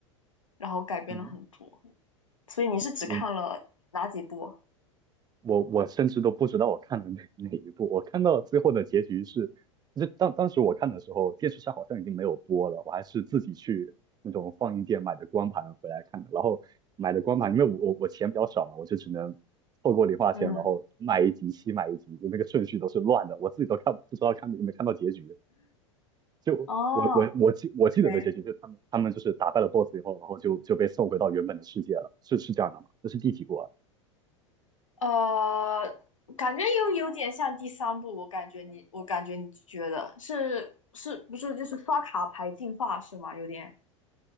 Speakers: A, on the left; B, on the right.
A: 然后改编了很多，
B: 嗯。
A: 所以你是只看了哪几部？
B: 你我我甚至都不知道我看了哪哪一部，我看到最后的结局是，就当当时我看的时候，电视上好像已经没有播了，我还是自己去那种放映店买的光盘回来看的，然后买的光盘，因为我我我钱比较少嘛，我就只能透过零花钱，
A: 嗯，
B: 然后买一集西买一集，就那个顺序都是乱的，我自己都看不知道看有没有看到结局，就我我我记我记得的结局就是他们他们就是打败了
A: 哦，OK。
B: BOSS 以后，然后就就被送回到原本的世界了，是是这样的吗？这是第几部啊？
A: 呃，感觉又有点像第三部，我感觉你，我感觉你觉得是是不是就是刷卡牌进化是吗？有点